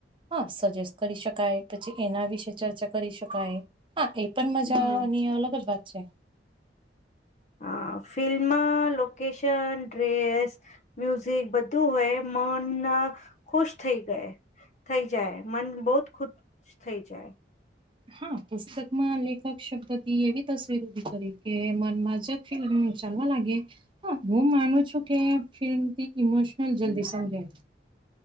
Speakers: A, on the right; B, on the left.
A: હા સજેસ્ટ કરી શકાય, પછી એના વિશે ચર્ચા કરી શકાય. હા એ પન મજાની
B: હમ
A: અલગ જ વાત છે.
B: હા ફિલ્મમાં લોકેશન, ડ્રેસ મ્યુઝિક બધું હોય મન ખુશ થઈ જાય. થઈ જાય મન બહુત ખુશ થઈ જાય.
A: હા પુસ્તકમાં લેખક શબ્દથી એવી તસવીર ઉભી કરી કે મનમાં જ <inaudible> ચાલવા લાગે હા હું માનું છું. કે ફિલ્મથી ઈમોશનલ જલ્દી સમજાય.